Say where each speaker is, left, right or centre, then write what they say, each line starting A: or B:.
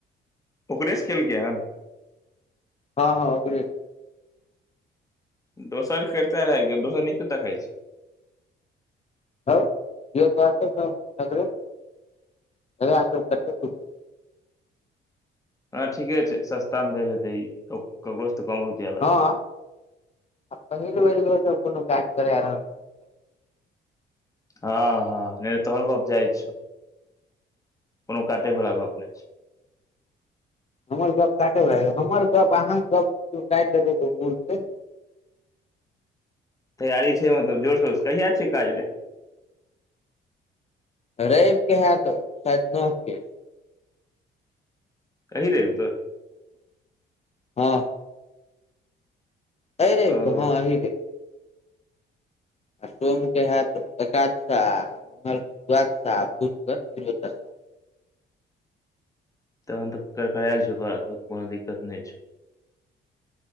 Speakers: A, on the left; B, on the left.
A: ओकरेसँ केलकै हन
B: हँ हँ ओकरे
A: दोसर करता रहै दोसर नीक देखाइ छै
B: ह क
A: हँ ठीके छै सस्ता में भेल हेते इ ककरो सँ त कम रुपआ लगतै
B: हँ पहिल बेर इहो सब कोनो काज करा रहल
A: हँ हँ नहि त तोहर गप जाइज छो कोनो काटे बला गप न छै
B: हमर गप्प काटे हमर गप अहाँके गप काटि देतै त बुझतै
A: तैयारी छै मतलब जोर शोर कहिया छियै काज रे
B: रविक के हयत सायद नके
A: ऋवहि नहि उ तऽ
B: धं एहि रहे
A: ओ
B: हँ ई रहे आ सोम के हयत एकादशा मंगल द्वादशा बुध के तरशा
A: तहन त करकरायल छौ तोरा कोनो दिक्कत नहि छै